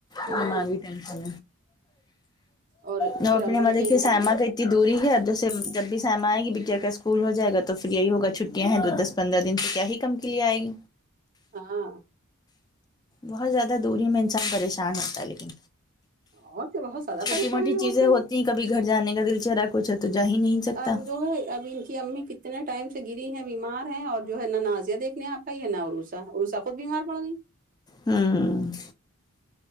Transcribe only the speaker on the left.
دمگی ٹینشن
میں
<unintelligible> ملک
سائما کی اتنی دوری ہے اب جیسے جب بھی سائما آئیں گی بیٹیا کا اسکول ہو جائے گا تو فر یہی ہوگا چھٹیاں ہیں دو دس پندرہ دن سے کیا ہی کم کے لیے آئے گی
بہت زیادہ دوری میں انسان پریشان ہوتا ہے لیکن
چھوٹی
موٹی
چیزیں
کبھی گھر جانے کا دل چہرا کچ ہے تو جا ہی نہیں سکتا
ہوں